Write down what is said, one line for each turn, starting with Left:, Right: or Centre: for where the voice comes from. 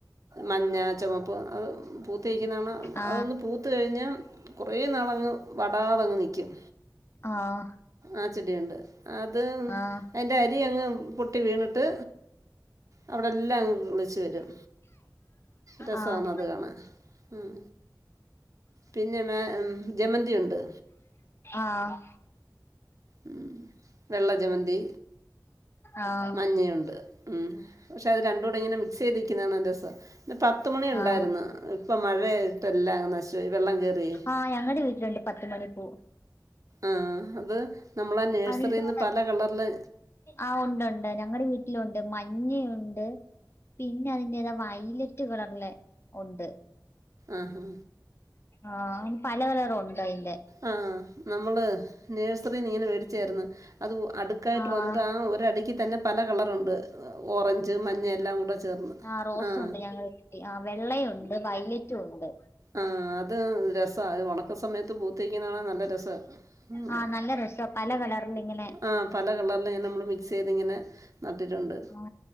Right: മഞ്ഞ, ചുവപ്പ്, അത് പൂത്തു നിൽക്കുന്നത് കാണാ
Left: ആഹ്
Right: അഹ് ഒന്ന് പൂത്ത് കഴിഞ്ഞാൽ കുറേ നാളങ്ങ് വടാതങ്ങ് നിൽക്കും.
Left: ആഹ്
Right: ആ ചെടിയുണ്ട് അത്
Left: ആഹ്
Right: അയ്ന്റെ അരിയങ്ങ് പൊട്ടി പൊട്ടി വീണിട്ട് അവിടെ എല്ലാം അങ്ങ് കിളിച്ചു വരും. രസവാണ്
Left: ആഹ്
Right: അത് കാണാൻ ഉം. പിന്നെ മേ ഉം ജമന്തി ഉണ്ട്.
Left: ആഹ്
Right: ഉം വെള്ള ജമന്തി.
Left: ആഹ്
Right: മഞ്ഞയുണ്ട് ഉം പക്ഷെ അത് രണ്ട് കൂടെ ഇങ്ങനെ മിക് സൈതിക്കുന്ന കാണാ രസ പിന്നെ പത്തുമണി ഉണ്ടായിരുന്നു
Left: ആഹ്
Right: ഇപ്പം മഴയ ഇപ്പം എല്ലാം അങ്ങ് നശിച്ച് പോയി വെള്ളം കേറിയേ
Left: ആഹ് ഞങ്ങടെ വീട്ടി രണ്ട് പത്ത് മണി പൂ
Right: ആഹ് അത് നമ്മളെ നേഴ്സറിൽന്ന്
Left: അതിന്റെ
Right: പല കളറില്
Left: ആഹ് ഉണ്ട്ണ്ട് ഞങ്ങടെ വീട്ടിലുണ്ട് മഞ്ഞയുണ്ട്. പിന്നെ അതിന്റേതാ വയലറ്റ് കളറില് ഉണ്ട്.
Right: ആഹാ
Left: ആഹ് അയ്ന് പല കളറും ഉണ്ട് അയ്ന്റെ
Right: ആഹ് നമ്മള് നേഴ്സറീന്ന് ഇങ്ങനെ മേടിച്ചായിരുന്നു. അതും അടുക്കായിട്ട്
Left: ആഹ്
Right: വന്നിട്ട് ആ ഒരടുക്ക് തന്നെ പല കളറുണ്ട് ഓറഞ്ച് മഞ്ഞ എല്ലാം കൂടെ ചേർന്ന്.
Left: ആഹ് റോസ്
Right: ആ
Left: ഉണ്ട് ഞ ആഹ് വെള്ളയുണ്ട് വയലറ്റും ഉണ്ട്.
Right: ആഹ് അതാ രസ സാ ഒണക്ക് സമയത്ത് പുത്തു നിൽക്കുന്നത് കാണാൻ നല്ല രസാ ആഹ്
Left: ആ നല്ല രസ പല കളറിൽ ഇങ്ങനെ
Right: ആഹ് പല കളറില് ഇങ്ങനെ നമ്മള് മിക്സ് ചെയ്ത് ഇങ്ങനെ നട്ടിട്ടുണ്ട്
Left: ആ